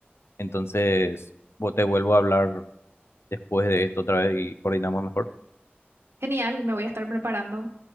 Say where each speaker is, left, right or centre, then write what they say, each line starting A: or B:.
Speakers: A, on the left (about 80°); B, on the right (about 85°).
A: entonces, vos te vuelvo a hablar después de esto otra vez y coordinamos mejor.
B: Genial, me voy a estar preparando.